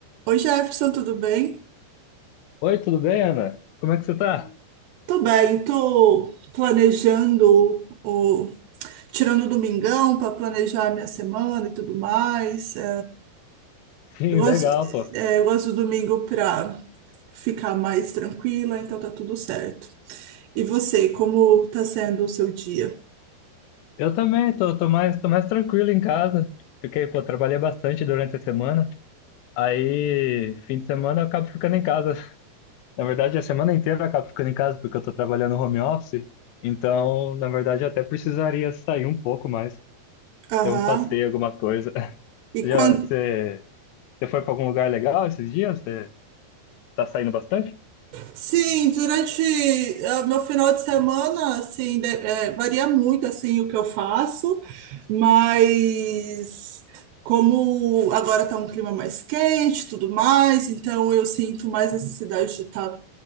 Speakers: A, on the right; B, on the left.
A: Oi, Jefferson, tudo bem?
B: Oi, tudo bem, Ana? Como é que você tá?
A: Tô bem, tô planejando o tirando o domingão para planejar a minha semana e tudo mais. É,
B: <laughs> Sim,
A: Eu gosto,
B: legal, pô.
A: é, eu gosto do domingo para ficar mais tranquila, então tá tudo certo. E você, como tá sendo o seu dia?
B: Eu também, tô, tô mais, tô mais tranquilo em casa. Fiquei, pô, trabalhei bastante durante a semana. Aí, fim de semana eu acabo ficando em casa. <laughs> Na verdade, a semana inteira eu acabo ficando em casa porque eu tô trabalhando home office. Então, na verdade, eu até precisaria sair um pouco mais,
A: Aham.
B: ter um passeio, alguma coisa. <laughs>
A: E
B: Já,
A: quando?
B: você, você foi pra algum lugar legal esses dias? Você tá saindo bastante?
A: Sim, durante ah, meu final de semana, assim, de- eh, varia muito, assim, o que eu faço, mas como agora está um clima mais quente, e tudo mais, então eu sinto mais necessidade de estar